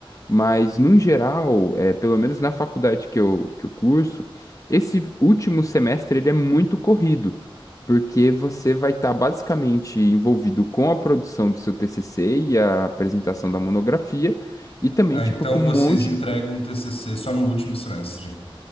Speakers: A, on the left; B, on the left.
A: mas no geral, é, pelo menos na faculdade que eu, que eu curso, esse último semestre ele é muito corrido, porque você vai estar basicamente envolvido com a produção do seu TCC e a apresentação da monografia, e também
B: Ah,
A: tipo
B: então
A: com
B: vocês
A: um monte
B: entregam o TCC só no último semestre.